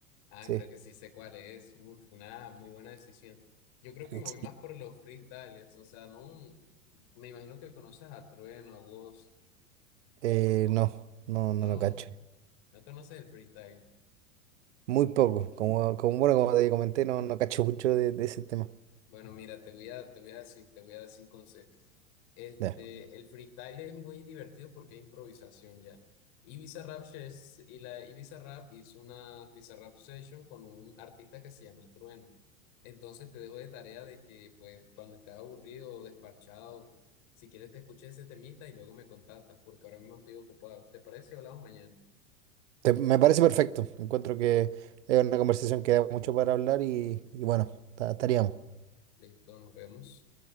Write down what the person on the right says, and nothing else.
Sí.
Sí.
Eh, no, no, no
lo cacho.
Muy poco. Como, como, bueno, como te comenté, no, no cacho mucho de, de ese tema.
Ya.
Te- me parece perfecto. Encuentro que es una conversación que da mucho para hablar y, y bueno, ta- estaríamos.